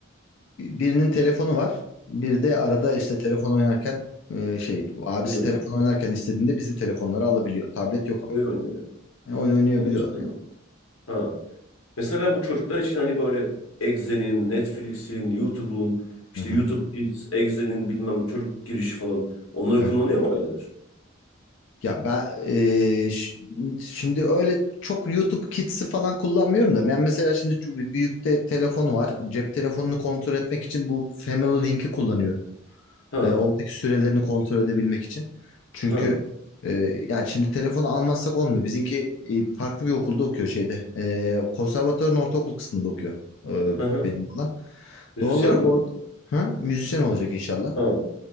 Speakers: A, on the left; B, on the left.
A: birinin telefonu var. Bir de arada işte telefon oynarken e, şey abisi
B: Oyun oynuyor.
A: telefon oynarken istediğinde bizim telefonları alabiliyor. Tablet yok ama.
B: Oyun oynuyor ya.
A: Yani oyun oynayabiliyorlar
B: Oyun için değil mi? Ha. Mesela bu çocuklar için hani böyle Exe'nin, Netflix'in, YouTube'un, işte
A: yani. Hı
B: YouTube
A: hı.
B: Kids, Exe'nin bilmem çocuk girişi falan. Onları
A: Evet.
B: kullanıyor mu aileler?
A: Ya ben eee, ş- şimdi öyle çok YouTube Kids'i falan kullanmıyorum da ben mesela şimdi ço- büyükte telefon var. Cep telefonunu kontrol etmek için bu Family Link'i kullanıyorum.
B: Ha.
A: Eee, oradaki sürelerini kontrol edebilmek için. Çünkü
B: Ha.
A: eee, yani şimdi telefonu almazsak olmuyor. Bizimki e, farklı bir okulda okuyor şeyde. Eee konservatuvarın ortaokul kısmında okuyor eee,
B: Hı hı.
A: benim olan.
B: Müzisyen
A: Doğal olarak
B: mi?
A: orada ha, müzisyen olacak inşallah.
B: Ha.